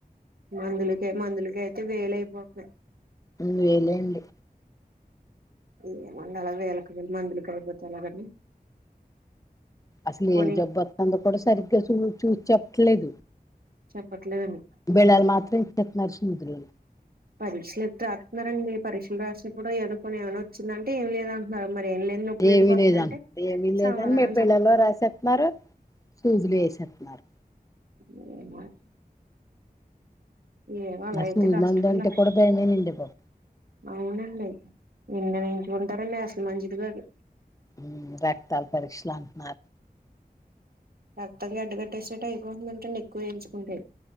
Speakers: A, on the right; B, on the left.
A: మందులకే మందులకే అయితే వేలు అయిపోతున్నాయి
B: మేలేండి
A: ఏముంది అలా అని వేల కి వేలు మందులకి అయిపోతే ఎలాగండి
B: అసలు
A: పోనీ
B: ఏం జబ్బు వస్తుందో కూడా సరిగ్గా చూ చూసి చెప్పట్లేదు
A: చెప్పట్లేదండి
B: బెళల్ మాత్రం <unintelligible> న్నాడు సుద్లు
A: పరీక్షలు ఎత్తే రాస్తున్నారండి పరీక్షలు రాసినప్పుడు ఎదుర్కొని ఏమైనా వచ్చిందంటే ఏమి లేదంట మరి ఏం లేదు. నొప్పులు
B: ఏమి
A: ఎందుకు వస్తుందంటే
B: లేదంట ఏమీ లేదని
A: సమాధానం
B: ఏ పిళ్లల్లో
A: చెప్పట్లేదు
B: రాసేస్తున్నారు సూజులు ఏసేతున్నారు.
A: ఏ మ ఏమో అలా
B: ఆ
A: అయితే
B: సూది
A: కష్టమండి
B: మందు అంటే
A: అసల్
B: కూడా భయమేనండి బాబు
A: అవునండి ఎన్నని ఎంచుకుంటారండి అసలు మంచిది గాదు
B: వ్మ్ రక్తాలు పరీక్షలు అంటున్నారు
A: రక్తం గట్టేకట్టేసేట్టు అయిపొతుంది అంట ఎక్కువేయించుకుంటే